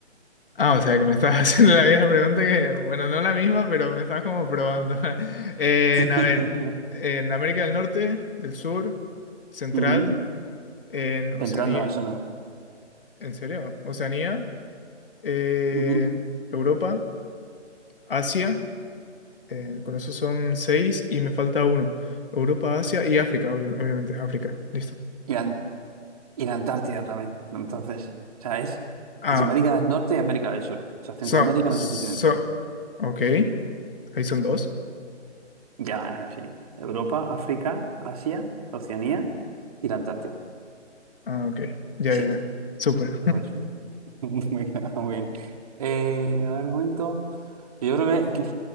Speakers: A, on the left (about 50°); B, on the right (about 30°).
A: Ah, o sea, que me estás <laughs> haciendo la misma pregunta que, bueno, no la misma, pero me estás como probando. <laughs> En,
B: <laughs>
A: a ver, en América del Norte, del Sur, Central,
B: Ujú.
A: en Oceanía,
B: Central no, eso no.
A: ¿en serio? Oceanía, en
B: Ujú.
A: Europa. Asia Eh, con eso son seis y me falta uno. Europa, Asia y África, obvio- obviamente. África, listo.
B: Y la, y la Antártida también. Entonces, o sea, es,
A: Ah,
B: es América del Norte y América del Sur. O sea, Centroamérica
A: so, so,
B: no es un continente.
A: ok. Ahí son dos.
B: Ya es así. Europa, África, Asia, Oceanía y la Antártida.
A: Ah, ok. Ya,
B: Siete.
A: ya, ya. Súper.
B: Igual. sí. <laughs> Bueno, bueno. Eh, a ver, un momento. Yo creo que, que-